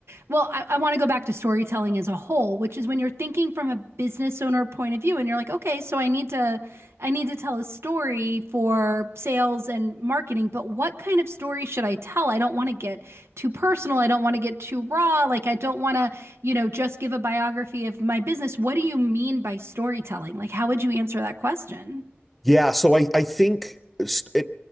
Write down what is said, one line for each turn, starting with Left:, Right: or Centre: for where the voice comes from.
Right: well i, I want to go back to storytelling as a whole which is when you're thinking from a business owner point of view and you're like okay so i I need to I need to tell a story for sales and marketing, but what kind of story should I tell? I don't want to get too personal. I don't want to get too raw. Like I don't want to, you know, just give a biography of my business. What do you mean by storytelling? Like how would you answer that question?
Centre: Yeah, so I, I think st- it,